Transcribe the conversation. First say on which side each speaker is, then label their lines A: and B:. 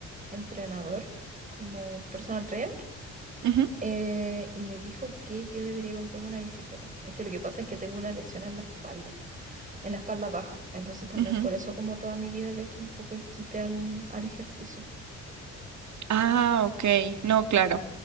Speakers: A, on the right (about 25°); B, on the right (about 65°).
A: entrenador, como personal trainer,
B: ujú,
A: eh, y me dijo que yo debería comprarme una bicicleta. Es que lo que pasa es que tengo una lesión en la espalda, en la espalda baja. Entonces también
B: ujú.
A: por eso como toda mi vida le he hecho un poco el quite al, al ejercicio.
B: Ah, ok. No, claro.